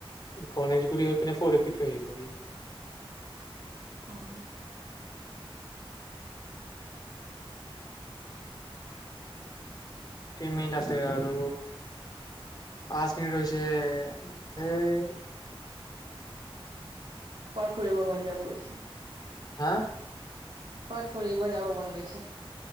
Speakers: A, on the left (about 40°); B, on the right (about 60°).
A: গনেশগুৰি হৈ পিনে, ফৰ এ প টো আহিব সি।
B: উম
A: <unintelligible> কেইমিনিট আছে আৰু, পাঁচ সি ৰৈছেহে ধেই
B: বৰ ফুৰিব মন যাব গৈছে
A: হাঁ
B: কবাত ফুৰিব যাব মন গৈছে